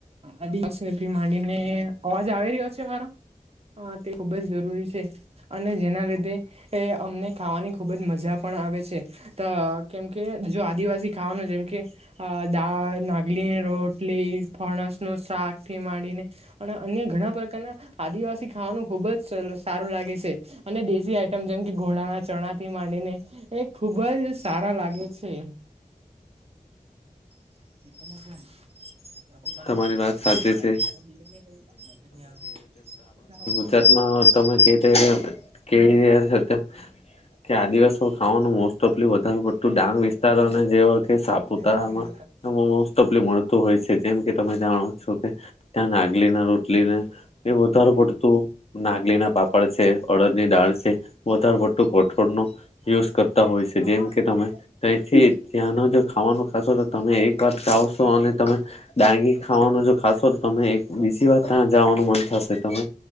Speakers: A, on the right (about 45°); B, on the left (about 45°).
A: અદિક <unintelligible> માંડીને અવાજ આવી રહ્યો છે મારો. હા તે ખુબ જ જરૂરી છે. અને જેના લીધે એ અમને ખાવાની ખુબ જ મજા પણ આવે છે. તો કેમકે જો આદિવાસી ખાવાનો જેમ કે અ દાળ નાગલી ને રોટલી ફણસનું શાકથી માંડીને અને અન્ય ઘણા પ્રકારના આદિવાસી ખાવાનું ખુબ જ સ સારું લાગે છે. અને દેશી આઈટમ જેમ કે ઘોડાના ચણા થી માંડીને એ ખુબ જ સારા લાગે છે. છે. <inaudible> મા પપ્પા ને
B: તમારી
A: હો પોઈચુ
B: વાત
A: મે કે
B: સાચી
A: ડાયરેક્ટ
B: છે
A: <unintelligible> મેસેજ ની આયો. ને તારા પપ્પા.
B: ગુજરાતમા તમે કે કેહ તેમ કે આદિવાસી ખાવાનું મોસ્ત ટોપલી વધારે પડતું ડાંગ વિસ્તાર અને જેવ કે સાપુતારામાં.
A: કયા
B: મો મોસ્ટઓફલી મળતું હોય છે. જેમ કે તમે જાણો છો કે ત્યાં નાગલીના રોટલીને એ વધાર પડતું નાગલીના પાપડ છે, અડદની દાળ છે. વધારે પડતું કઠોળનો યુઝ કરતા હોય છે. જેમ કે તમે તૈથી ત્યાંનો જો ખાવાનું ખાશો તો તમે એક વાર ચાવશો છો અને તમે ડાંગી ખાવાનું જો ખાશો તો તમે એક બીજી વાર ત્યાં જવાનું મન થશે તમે.